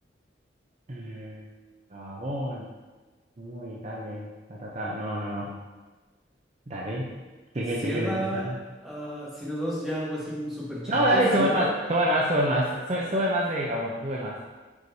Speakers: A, on the right (about 35°); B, in the centre.
A: Mm, Gabón. Uy, dale, ta, ta, ta. No, no, no. Dale, sigue,
B: Sierra,
A: sigue intentando.
B: ah, si nos dos ya algo así súper chiquito,
A: No, dale,
B: Sierra
A: sube más, sube más, sube más. Sube, sube más de Gabón, sube más.